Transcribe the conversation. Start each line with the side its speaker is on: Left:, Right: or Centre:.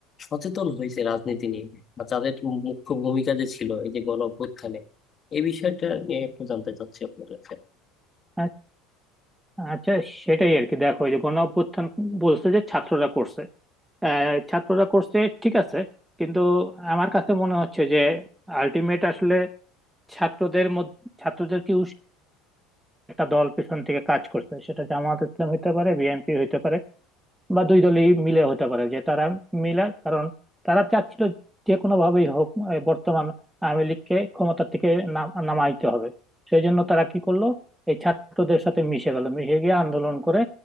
Left: সচেতন হয়েছে রাজনীতি নিয়ে বা তাদের মুখ্য ভূমিকা যে ছিল এই যে গণ অভ্যুত্থানে এই বিষয়টা নিয়ে একটু জানতে চাচ্ছি আপনার কাছে
Centre: আ- আচ্ছা সেটাই আর কি দেখো এই যে গণ অভ্যুত্থান বলছে যে ছাত্ররা করছে আহ, ছাত্ররা করছে ঠিক আছে কিন্তু আমার কাছে মনে হচ্ছে যে আলটিমেট আসলে ছাত্রদের মধ্যে ছাত্রদের কি একটা দল পেছন থেকে কাজ করছে সেটা জামাত ইসলাম হইতে পারে বিএনপি হইতে পারে বা দুই দলই মিলে হতে পারে যে তারা মিলা কারণ তারা চাচ্ছিল যে কোনো ভাবেই হোক এই বর্তমান আওয়ামী লীগকে ক্ষমতার থেকে নাম- নামাইতে হবে সেই জন্য তারা কি করলো এই ছাত্রদের সাথে মিশে গেল মিশে গিয়ে আন্দোলন করে